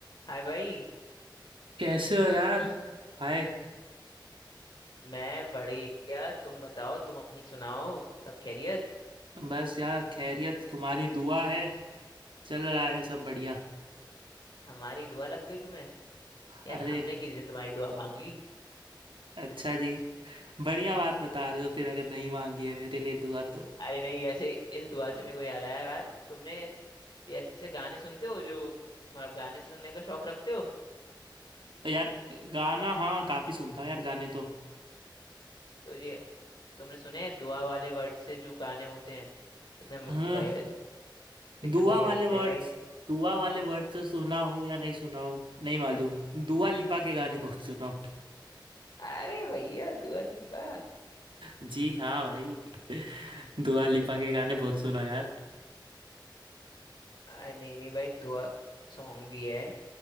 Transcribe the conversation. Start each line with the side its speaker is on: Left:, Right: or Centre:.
Left: हाय भाई
Right: कैसे हो यार हाय
Left: मैं बढ़िया तुम बताओ तुम अपनी सुनाओ सब खैरियत
Right: बस यार खैरियत तुम्हारी दुआ है चल रहा है सब बढ़िया
Left: हमारी दुआ लग गई तुम्हें यार
Right: अरे
Left: हमने किस दिन तुम्हारी दुआ मांग ली
Right: अच्छा जी बढ़िया बात बता रहे हो फिर अगर नहीं मांगी है मेरे लिए दुआ तो
Left: अरे नहीं ऐसे इस दुआ
Right: अ,
Left: से मेरे को याद आया यार तुमने ये ऐसे गाने सुनते हो जो मतलब गाने सुनने का शौक रखते हो
Right: यार गाना हाँ काफी सुनता हूँ यार गाने तो
Left: तो ये तुमने सुने हैं दुआ वाले वर्ड से जो गाने होते हैं कितने म-
Right: हाँ
Left: भैया कितने
Right: दुआ
Left: बढ़िया
Right: वाले
Left: लगते
Right: वर्ड्स
Left: हैं भाई
Right: दुआ वाले वर्ड से सुना हूँ या नहीं सुना हूँ नहीं मालूम दुआ लिपा के गाने बहुत सुना हूँ
Left: अरे भैया दुआ लिपा
Right: जी हाँ भाई दुआ लिपा के गाने बहुत सुना यार
Left: अरे नहीं नहीं भाई दुआ सॉन्ग भी है